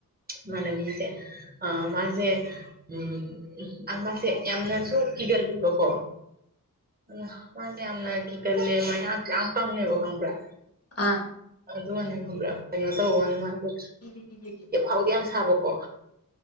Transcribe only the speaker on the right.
ꯏꯃꯥꯅꯕꯤꯁꯦ ꯑ ꯃꯥꯁꯦ꯫ ꯎꯝ ꯑꯥ ꯃꯥꯁꯦ ꯌꯥꯝꯅꯁꯨ ꯀꯤꯒꯜꯂꯦꯕꯀꯣ꯫ ꯏꯌꯥ ꯃꯥꯁꯦ ꯌꯥꯝꯅ ꯀꯤꯒꯜꯂꯦ ꯃꯌꯥꯡꯁꯨ ꯌꯥꯝ ꯀꯪꯂꯦ ꯈꯪꯕꯔꯥ꯫
ꯑꯗꯨꯅꯦ ꯈꯪꯕ꯭ꯔꯥ ꯀꯩꯅꯣ ꯇꯧꯋꯥꯅꯦ ꯃꯥꯁꯦ꯫
ꯍꯧꯗꯤ ꯌꯥꯝ ꯁꯥꯕꯀꯣ